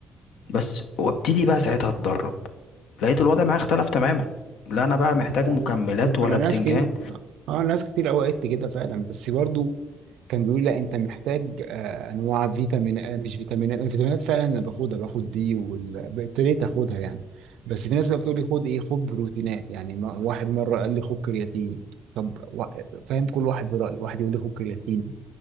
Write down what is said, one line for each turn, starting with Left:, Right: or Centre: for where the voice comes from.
Left: بس وابتدي بقى ساعتها اتدرب لقيت الوضع معايا اختلف تماما لا انا بقى محتاج
Right: هو-
Left: مكملات
Right: هو
Left: ولا
Right: انا
Left: بتنجان
Right: ناس كتير اه ناس كتير قوي قالت لي كده فعلا بس برضو كان بيقول لا انت محتاج آه، انواع فيتامين آه، مش فيتامينات الفيتامينات فعلا انا باخدها باخد دي وابتديت اخدها يعني بس في ناس بقى بتقول لي خد ايه خد بروتينات يعني ما- واحد مره قال لي خد كرياتين طب وا- فاهم كل واحد برايه واحد يقول لي خد كرياتين